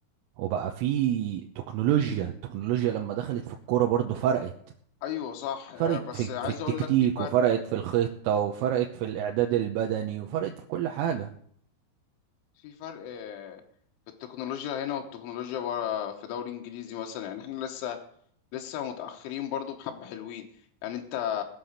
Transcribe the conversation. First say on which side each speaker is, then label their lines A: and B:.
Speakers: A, on the right; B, on the left.
A: وبقى في تكنولوجيا التكنولوجيا لما دخلت في الكورة برضو فرقت
B: ايوه صح آه،
A: فرقت
B: بس
A: في
B: عايز
A: في التكتيك
B: اقول لك في فرق
A: وفرقت في الخطة وفرقت في الإعداد البدني وفرقت في كل حاجة
B: في فرق آه، في التكنولوجيا هنا والتكنولوجيا بره في دوري انجليزي مثلا يعني احنا لسه لسه متاخرين برضو بحبه حلوين يعني انت